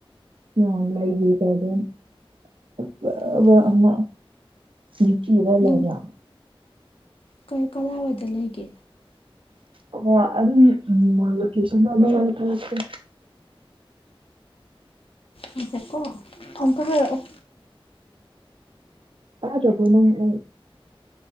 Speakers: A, on the right (about 60°); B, on the left (about 70°).
A: ꯑꯥꯎ ꯂꯩꯒꯤ ꯒꯥꯔꯗꯦꯟ ꯐꯖꯕ
B: ꯎꯝ
A: ꯑꯃ ꯂꯤꯠꯆꯤꯗꫭ ꯂꯩꯕ꯭ꯔ
B: ꯅꯪ ꯀꯩ ꯀꯗꯥꯏꯋꯥꯏꯗ ꯂꯩꯒꯦ
A: ꯑꯣ ꯑꯗꯨꯝ ꯎꯝ ꯂꫭꯀꯦꯁꯟꯗꫭ ꯅꯪꯉꫭꯟꯗ ꯊꯥꯔꯛꯀꯦ
B: ꯉꯥꯏꯈꫭꯀꫭ ꯑꯃꯨꯛꯀ ꯍꯥꯏꯔꯛꯑꫭ
A: ꯇꯥꯗ꯭ꯔꯕꯣ ꯅꯪ ꯑꯩ